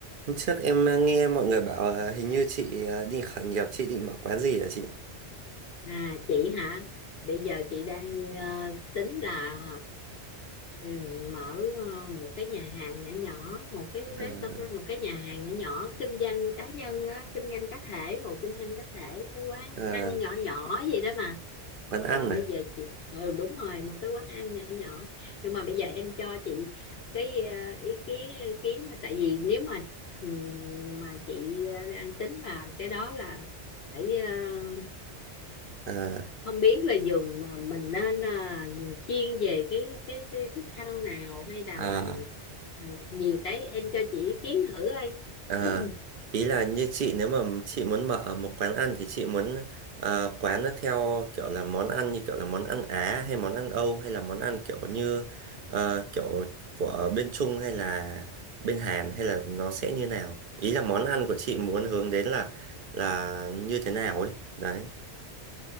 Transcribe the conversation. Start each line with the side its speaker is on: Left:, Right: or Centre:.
Right: Hôm trước em ờ, nghe mọi người bảo ờ, hình như chị ờ, định khởi nghiệp, chị định mở quán gì hả chị?
Left: À chị hả? Bây giờ chị đang ờ, tính là ờ, mở ờ, một cái nhà hàng nhỏ nhỏ, một cái
Right: Ờ,
Left: restaurant, một cái nhà hàng nhỏ nhỏ kinh doanh cá nhân á, kinh doanh cá thể, hộ kinh doanh cá thể, cái quán
Right: ờ,
Left: ăn nhỏ nhỏ gì đó mà.
Right: quán ăn
Left: À,
Right: này.
Left: bây giờ chị ừ, đúng rồi, một cái quán ăn nhỏ nhỏ. Nhưng mà bây giờ em cho chị cái ờ, ý kiến ý kiến là tại vì nếu mà ừm, mà chị ờ, đang tính là cái đó là phải ờ,
Right: Ờ,
Left: không biết là dùng mà mình nên à, chiên về cái, cái cái thức ăn nào hay là
Right: ờ,
Left: mình à, nhiều cái em cho chị ý kiến thử ơi
Right: ờ.
Left: <clears throat>
Right: Ý là như chị nếu mà chị muốn mở một quán ăn thì chị muốn ờ, quán nó theo kiểu là món ăn như kiểu là món ăn Á hay món ăn Âu hay là món ăn kiểu như ờ, kiểu của bên Trung hay là bên Hàn hay là nó sẽ như nào? Ý là món ăn của chị muốn hướng đến là là như thế nào ấy. Đấy.